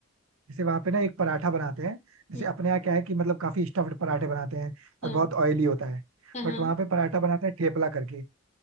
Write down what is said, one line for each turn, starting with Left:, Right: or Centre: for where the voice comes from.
Right: जैसे वहां पे ना एक पराठा बनाते हैं जैसे
Left: हम्म,
Right: अपने यहाँ क्या है कि मतलब काफी स्टफ्ड पराठे बनाते हैं
Left: हाँ
Right: और बहुत ऑयली होता है
Left: हाँ
Right: बट वहां पे पराठा बनाते हैं ठेपला करके